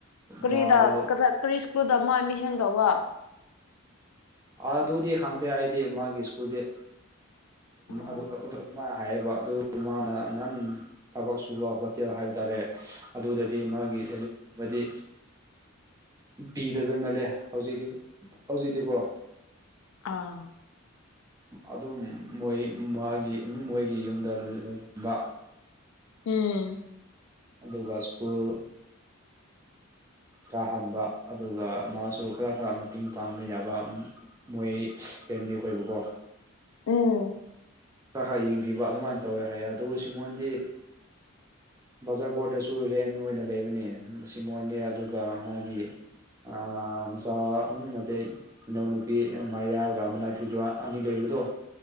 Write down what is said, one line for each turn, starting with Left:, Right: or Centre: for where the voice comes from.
Left: ꯀꯔꯤꯗ
Right: ꯃꯥꯗꯣ
Left: ꯀꯗꯥ ꯀꯔꯤ ꯁ꯭ꯀꯨꯜꯗ ꯃꯥ ꯑꯦꯠꯃꯤꯁꯟ ꯇꯧꯕ
Right: ꯑꯗꯨꯗꯤ ꯈꯪꯗꯦ ꯑꯩꯗꯤ ꯃꯥꯒꯤ ꯁ꯭ꯀꯨꯜꯗꯤ
Left: ꯎꯝ
Right: ꯑꯗꯨ ꯑꯗꯨꯃꯥꯏ ꯍꯥꯏꯌꯦꯕ ꯑꯗꯨ ꯃꯥꯅ ꯅꯍꯟ ꯊꯕꯛ ꯁꯨꯕ ꯍꯣꯇꯦꯜ ꯍꯥꯏꯕ ꯇꯥꯔꯦ ꯑꯗꯨꯗꯗꯤ ꯃꯥꯒꯤ ꯄꯤꯗꯕ ꯃꯥꯂꯦ ꯍꯧꯖꯤꯛꯇꯤ ꯍꯧꯖꯤꯛꯗꯤꯀꯣ
Left: ꯑꯥ
Right: ꯑꯗꯨꯝ ꯃꯣꯏ ꯃꯥꯒꯤ ꯃꯣꯏꯒꯤ ꯌꯨꯝꯗ ꯂꯩꯍꯟꯕ
Left: ꯎꯝ
Right: ꯑꯗꯨꯒ ꯁ꯭ꯀꯨꯜ ꯀꯥꯍꯟꯕ ꯑꯗꯨꯒ ꯃꯥꯁꯨ ꯈꯔ ꯈꯔ ꯃꯇꯤꯡ ꯄꯥꯡꯕ ꯌꯥꯕ ꯃꯣꯏ ꯐꯦꯃꯤꯂꯤ ꯈꯣꯏꯕꯨꯀꯣ
Left: ꯎꯝ
Right: ꯈꯔ ꯈꯔ ꯌꯦꯡꯕꯤꯕ ꯑꯗꯨꯃꯥꯏꯟ ꯇꯧꯋꯦ ꯍꯥꯏꯌꯦ ꯑꯗꯨꯕꯨ ꯁꯤꯃꯣꯟꯗꯤ ꯕꯖꯥꯔ ꯕꯣꯠꯗꯁꯨ ꯔꯦꯟ ꯑꯣꯏꯅ ꯂꯩꯕꯅꯦ ꯁꯤꯃꯣꯟꯗꯤ ꯑꯗꯨꯒ ꯃꯥꯒꯤ ꯑꯥ ꯃꯆꯥ ꯎꯝ ꯅꯠꯇꯦ ꯃꯅꯥꯎ ꯅꯨꯄꯤ ꯃꯔꯤꯌꯥꯒꯥ ꯃꯅꯥꯊꯨꯏꯗꯣ ꯑꯅꯤ ꯂꯩꯕꯗꯣ